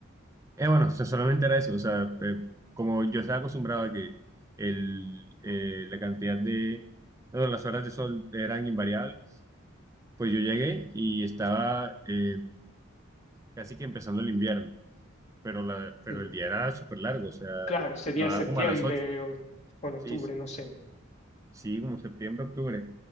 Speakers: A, on the right; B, on the left.
A: eh, bueno, o sea, solamente era eso, o sea, eh, como yo estaba acostumbrado a que el, eh, la cantidad de, bueno, las horas de sol eran invariables, pues yo llegué y estaba eh, casi que empezando el invierno. pero, la, pero
B: Sí.
A: el día era súper largo, o sea,
B: Claro, sería
A: se acababa
B: septiembre
A: como a las ocho
B: o, o en octubre,
A: Sí, s-
B: no sé.
A: sí, como septiembre, octubre.